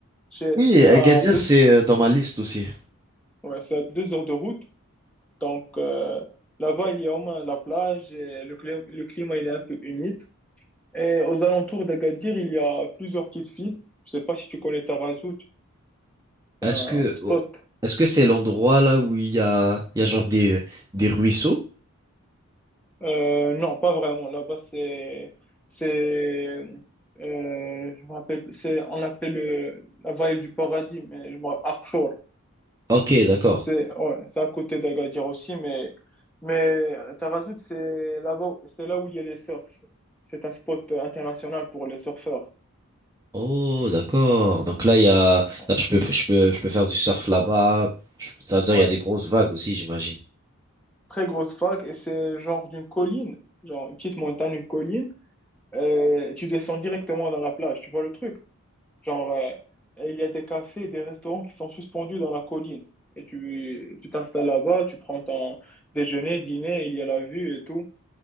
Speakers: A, in the centre; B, on the right.
A: C'est
B: Oui,
A: c'est
B: Agadir,
A: à deux,
B: c'est euh, dans ma liste aussi.
A: ouais, c'est à deux heures de route. Donc, euh, là-bas, il y a au moins la plage et le climat, le climat il est un peu humide. Et aux alentours d'Agadir, il y a plusieurs petites villes. Je sais pas si tu connais Tarazout, c'est
B: Est-ce
A: un
B: que
A: spot
B: oh, est-ce que c'est l'endroit là où il y a il y a genre des des ruisseaux?
A: Euh, non, pas vraiment. Là-bas, c'est, c'est, euh, je me rappelle, plus. c'est, on l'appelle euh, la vallée du paradis, mais je me Archour.
B: Ok, d'accord.
A: C'est, ouais, c'est à côté d'Agadir aussi, mais, mais euh, Tarazout, c'est là-bas, c'est là où il y a les surfs. C'est un spot euh, international pour les surfeurs.
B: Oh, d'accord. Donc là, il y a,
A: Ouais,
B: là, je peux, je peux, je peux faire du surf là-bas. Je- Ça veut dire
A: Ouais.
B: il y a des grosses vagues aussi, j'imagine.
A: très grosse fac et c'est genre d'une colline, genre une petite montagne, une colline. euh, tu descends directement dans la plage, tu vois le truc? Genre, euh, il y a des cafés, des restaurants qui sont suspendus dans la colline. Et tu tu t'installes là-bas, tu prends ton déjeuner, dîner, il y a la vue et tout.